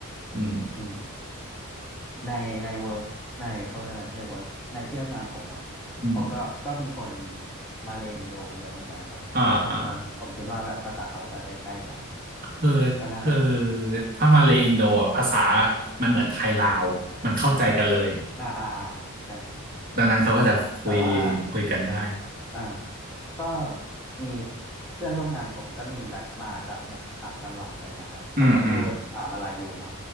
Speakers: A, on the right (about 40°); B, in the centre.
A: อืม
B: อืมในในเวิร์กในเขาเรียกอะไรในเวิร์กในที่ทำงานผมอ่ะ
A: อืม
B: เขาก็ก็มีคนมาเลอินโดเยอะเหมือนกันนะครับแล้วผมก็ผมคิดว่าแบบภาษาเขาจะใกล้ๆกัน
A: อ่าอ่าคือ
B: ก็น่าสนใจ
A: คือถ้ามาเลอินโดอะภาษามันเหมือนไทยลาวมันเข้าใจกันเลย
B: อ่าอ่าอ่าใช่ครับใช่
A: ดังนั้นเขาก็จะคุย
B: แต่ว่า
A: คุยกันได้
B: อ่า ก็มีเพื่อนร่วมงานผมก็มีแบบมาจากแบบสามจังหวัดอะไรเงี้ยครับเขาก็พูดอ่ามาลายูเนาะ
A: อืมอืม